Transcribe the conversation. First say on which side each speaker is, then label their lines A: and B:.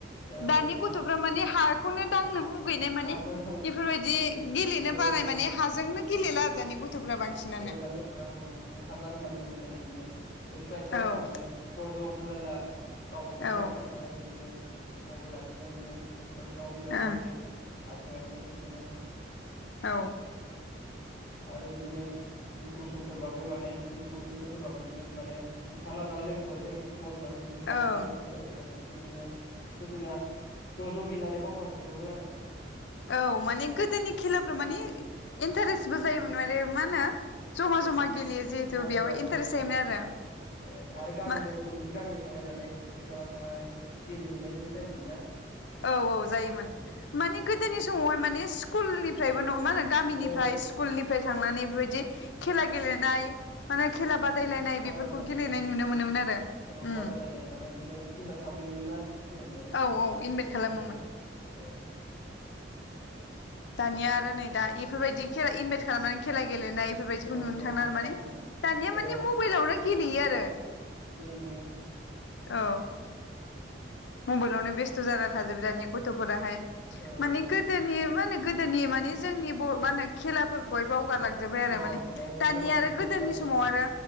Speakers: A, on the left; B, on the left.
A: औ
B: दानि
A: औ
B: गथ'फ्रा माने हाखौनो दांनो मुगैनाय माने
A: हाखौ
B: इफोरबायदि गेलेनो
A: औ
B: बानाय
A: औ
B: माने जोंनो गेलला आरो दानि गथ'फ्रा बांसिनानो
A: औ दानि गथ' ओं ओंखारलानो माने न'निफ्रायनो बिदिनो एक्सट्रा एक्सट्रा
B: औ
A: जाबाय माने ज' ज' ओं <unintelligible> गावबा गाव
B: औ
A: मबाइलावनो थायो बिदिनो। मबाइल आसि <unintelligible> न' सिङाव
B: ओं
A: जिरायनानै थासिगोन। हारसिं हारसिं बिदिनो।
B: औ।
A: आरो बिदिनो। दुखु समफोरबाबो माने दुखु <unintelligible> बिदिनो माने ओंखारला नालाय लोगोफोरजों। मबाइफोराव बिदिनो थासिगोन
B: ओं
A: गोदाव सोराव। <unintelligible> गोदोना ज' ज' गेलेनानै बावगारजोबोमोन आरो माने।
B: औ माने गोदोनि खेलाफ्राव माने इन्टारेस्टबो जायोमोन <unintelligible> मा होनो। जमा
A: औ
B: जमा गेलेयो जिहेथु
A: जमा
B: बेयाव
A: जमा
B: इन्टारेस्ट
A: ओं
B: जायोमोन आरो
A: ओं आरो गामिनिफ्राय
B: मा
A: गुबुन मोनसे गामियाव थांलायनानै। साइकेल लानानै थांनानै गेलेहैनायबो जायोमोन ना?
B: औ औ जायोमोन
A: औ
B: मानि गोदोनि समावहाय मानि कुलनिफ्रायबो न मा होनो गामिनिफ्राय
A: औ
B: स्कुलनि फ्राय थांनानै बेफोरबायदि खेला गेलेनाय। माने खेला बादायलायनाय
A: औ बादायलायनाय
B: बेफोरखौ
A: बिदिनो
B: गेलेनाय नुनो मोनोमोन आरो
A: औ
B: उम
A: बादायलायनाय माने इदिनो इनभाइट खालामोमोन ना सिगांनिया
B: औ औ इनभाइट खालामोमोन।
A: औ औ
B: दानिया आरो नै दा फोरबायदि खेला इनभाइट खालामनानै खेला गेलेनाय इफोरबायदिखौ
A: औ
B: नुनो
A: औ
B: थांला माने
A: औ
B: दानिया
A: औ
B: माने मबाइलावनो गेलेयो आरो।
A: दिनो
B: औ मबेलावनो बेस्थ' जानानै थाजोबो दानिग थफोराहाय
A: औ
B: माने गोदोनि मोन नो गोदोनि माने जोंनि बर मा होनो खेलाफोरखौहाय बाव गारलांजोबबाय आरो
A: बावगारजोब्बाय
B: माने दानि
A: गोमालांनो
B: आरो गोदोनि
A: हमजोब्बाय
B: समाव
A: ओं
B: आरो